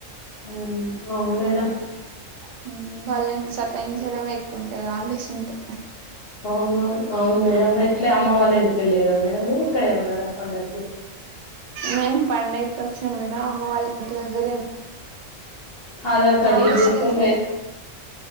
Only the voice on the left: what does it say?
ఉమ్, అవును మేడం
అవునవును అవును మేడం ఎట్లఅమ్మ వాళ్ళ ఇంటికి వెళ్లి రా మేడం మీరు ఇక్కడే ఉన్నారా పండగకి
ఆధార్ కార్డు
యూజ్ చేసుకొని
పోయి